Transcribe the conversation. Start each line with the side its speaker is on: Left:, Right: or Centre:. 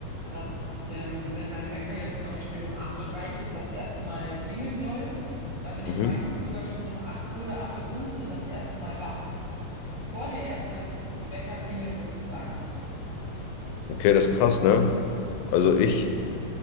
Right: dass ähm, wenn mein Wecker jetzt zum Beispiel um acht Uhr dreißig das erste Mal klingeln soll, dann bin ich
Left: Mhm.
Right: meistens sogar schon so um acht Uhr oder 8 Uhr fünfzehn das erste Mal wach, bevor der erste Wecker klingelt sozusagen.
Left: Okay, das ist krass, ne? Also ich,